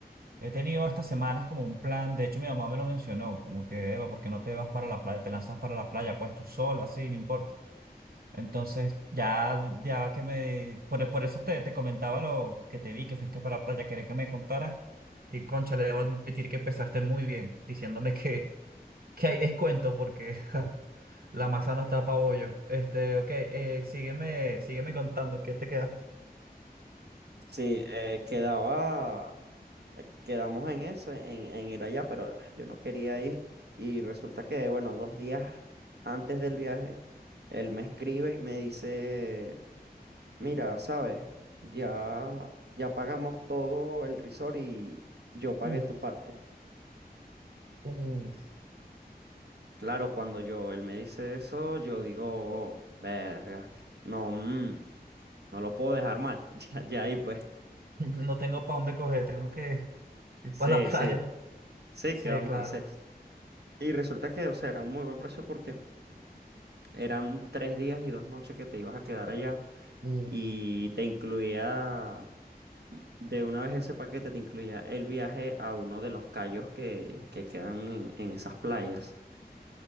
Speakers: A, on the right; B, on the right.
A: He tenido estas semanas como un plan. De hecho, mi mamá me lo mencionó. Como que, Eva, ¿por qué no te vas para la playa? Te lanzas para la playa, pues tú sola, así, no importa. Entonces, ya, ya que me... Por, por eso te, te comentaba lo que te vi, que fuiste para la playa, quería que me contaras. Y concha, le debo admitir que empezaste muy bien, diciéndome que, <laughs> que hay descuento porque <laughs> la masa no está pa bollo. Este, ok, eh, sígueme, sígueme contando en qué te quedaste.
B: Sí, eh, quedaba eh, Quedamos en eso, en, en ir allá, pero ah, yo no quería ir. Y resulta que, bueno, dos días antes del viaje, él me escribe y me dice, mira, sabes, ya, ya pagamos todo el resort y yo pagué
A: Uf,
B: tu parte.
A: uf,
B: Claro, cuando yo, él me dice eso, yo digo, verga, no, mm, no lo puedo dejar mal. <laughs> Ya, ya ahí pues.
A: <laughs> no tengo para dónde coger, tengo que ir
B: Sí,
A: para la playa.
B: sí, sí,
A: Sí,
B: ¿qué vamos
A: claro.
B: a hacer? Y resulta que, o sea, era un muy buen precio porque Eran tres días y dos noches que te ibas a quedar allá
A: Uf,
B: y te incluía, de una vez ese paquete, te incluía el viaje a uno de los cayos que, que quedan en, en esas playas.